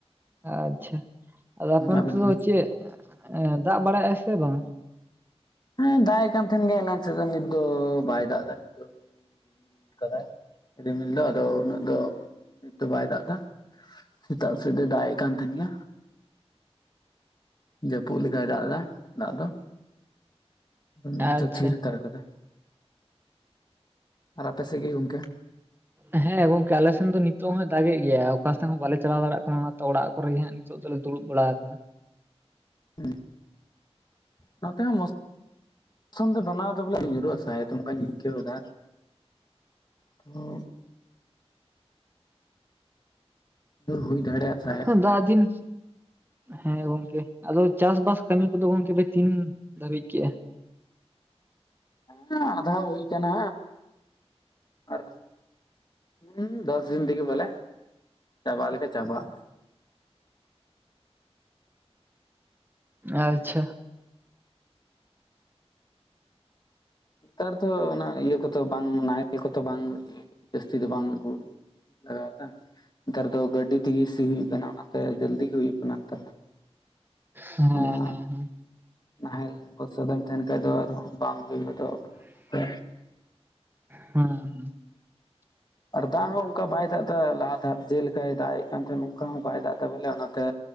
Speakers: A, on the right; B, on the left.
A: ᱟᱪᱪᱷᱟ, ᱟᱫᱚ ᱟᱯᱮ ᱚᱱᱛᱮ
B: ᱟᱵᱮᱱ
A: ᱫᱚ
B: ᱜᱮ
A: ᱪᱮᱫ ᱫᱟᱜ ᱵᱟᱲᱟᱭᱮᱜ-ᱟᱭ ᱥᱮ ᱵᱟᱝ?
B: ᱦᱮᱸ ᱫᱟᱜ ᱮᱫ ᱠᱟᱱ ᱛᱟᱦᱮᱸᱱ ᱜᱮ ᱮᱱᱟᱝ ᱥᱮᱛᱟᱜ ᱱᱤᱛ ᱫᱚ ᱵᱟᱭ ᱫᱟᱜ ᱮᱫᱟ ᱱᱤᱛᱚᱜ ᱫᱚ ᱠᱟᱫᱟᱭ ᱨᱤᱢᱤᱞ ᱫᱚ ᱟᱫᱚ ᱩᱱᱟᱹᱜ ᱫᱚ ᱱᱤᱛ ᱫᱚ ᱵᱟᱭ ᱫᱟᱜ ᱮᱫᱟ᱾ ᱥᱮᱛᱟᱜ ᱥᱮᱜ ᱫᱚᱭ ᱫᱟᱜ ᱮᱜ ᱠᱟᱱ ᱛᱟᱦᱮᱸᱱ ᱜᱮᱭᱟ᱾ ᱡᱟᱹᱯᱩᱫ ᱞᱮᱠᱟᱭ ᱫᱟᱜ ᱮᱫᱟ, ᱫᱟᱜ ᱫᱚ᱾ ᱱᱤᱛ
A: ᱟᱪᱪᱷᱟ
B: ᱫᱚ ᱛᱷᱤᱨ ᱦᱟᱛᱟᱲ ᱠᱟᱫᱟ, ᱟᱨ ᱟᱯᱮ ᱥᱮᱫ ᱜᱮ ᱜᱚᱢᱠᱮ?
A: ᱟᱪᱪᱷᱟ, ᱦᱮᱸ ᱜᱚᱝᱠᱮ ᱟᱞᱮ ᱥᱮᱱ ᱫᱚ ᱱᱤᱛᱚᱜ ᱦᱚᱸ ᱫᱟᱜᱮᱜ ᱜᱮᱭᱟ, ᱚᱠᱟ ᱥᱮᱫ ᱦᱚᱸ ᱵᱟᱞᱮ ᱪᱟᱞᱟᱣ ᱫᱟᱲᱮᱭᱟᱜ ᱠᱟᱱᱟ ᱚᱱᱟᱛᱮ ᱚᱲᱟᱜ ᱠᱚᱨᱮᱜᱮ ᱦᱟᱸᱜ ᱱᱤᱛᱚᱜ ᱫᱚᱞᱮ ᱫᱩᱲᱩᱵᱽ ᱵᱟᱲᱟ ᱟᱠᱟᱱᱟ᱾
B: ᱦᱩᱸ ᱚᱱᱟᱛᱮ ᱦᱚᱸ ᱢᱚᱡᱽ ᱥᱚᱱ ᱫᱚ ᱵᱮᱱᱟᱣ ᱫᱚ ᱵᱚᱞᱮ ᱧᱩᱨᱟᱹᱜ-ᱟ ᱥᱟᱭᱮᱫ ᱚᱝᱠᱟᱧ ᱟᱹᱭᱠᱟᱹᱣ ᱫᱟ᱾ ᱦᱚᱸ ᱦᱩᱭ ᱫᱟᱲᱮᱭᱟᱜ ᱛᱟᱦᱮᱸᱫ
A: ᱦᱮᱸ ᱫᱟᱜ ᱫᱤᱱ ᱦᱮᱸ ᱜᱚᱝᱠᱮ ᱟᱫᱚ ᱪᱟᱥᱵᱟᱥ ᱠᱟᱹᱢᱤ ᱠᱚᱫᱚ ᱜᱚᱝᱠᱮ ᱯᱮ ᱛᱤᱱ ᱫᱷᱟᱹᱵᱤᱡ ᱠᱮᱫ-ᱟ?
B: ᱦᱮᱸ ᱟᱫᱷᱟ ᱦᱩᱭ ᱠᱟᱱᱟ ᱟᱨ ᱦᱩᱸ ᱫᱚᱥ ᱫᱤᱱ ᱛᱮᱜᱮ ᱵᱚᱞᱮ ᱪᱟᱵᱟᱜ ᱞᱮᱠᱟ ᱪᱟᱵᱟᱜᱼᱟ᱾
A: ᱟᱪᱪᱷᱟ᱾
B: ᱱᱮᱛᱟᱨ ᱫᱷᱚ ᱚᱱᱟ ᱤᱭᱟᱹ ᱠᱚᱛᱚ ᱵᱟᱝ ᱱᱟᱦᱮᱞ ᱠᱚᱛᱚ ᱵᱟᱝ ᱡᱟᱹᱥᱛᱤ ᱫᱚ ᱵᱟᱝ ᱟᱹᱜᱩ ᱞᱟᱜᱟᱣᱫᱟ᱾ ᱱᱮᱛᱟᱨ ᱫᱚ ᱜᱟᱹᱰᱤ ᱛᱮ ᱥᱤ ᱦᱩᱭᱩᱜ ᱠᱟᱱᱟ, ᱚᱱᱟᱛᱮ ᱡᱟᱞᱫᱤ ᱜᱮ ᱦᱩᱭᱩᱜ ᱠᱟᱱᱟ ᱱᱮᱛᱟᱨ ᱫᱚ᱾
A: ᱦᱮᱸ
B: ᱚᱱᱟ
A: ᱦᱮᱸ ᱦᱮᱸ
B: ᱱᱟᱦᱮᱞ ᱵᱚᱨᱥᱟ ᱫᱚᱧ ᱛᱟᱦᱮᱱ ᱠᱷᱟᱡ ᱫᱚ ᱟᱫᱷᱚᱸ ᱵᱟᱝ ᱦᱩᱭ ᱜᱚᱫᱚᱜᱼᱟ ᱵᱚᱞᱮ ᱚᱱᱟᱛᱮ
A: ᱦᱮᱸ ᱦᱩᱸ᱾
B: ᱟᱨ ᱫᱟᱜ ᱦᱚᱸ ᱚᱱᱠᱟ ᱵᱟᱭ ᱫᱟᱜ ᱛᱮ ᱞᱟᱦᱟ ᱫᱷᱟᱨ ᱡᱮ ᱞᱮᱠᱟᱭ ᱫᱟᱜ-ᱮᱫ ᱠᱟᱱ ᱛᱟᱦᱮᱱ ᱚᱝᱠᱟ ᱦᱚᱸ ᱵᱟᱭ ᱫᱟᱜᱫᱟ ᱵᱚᱞᱮ ᱚᱱᱟᱛᱮ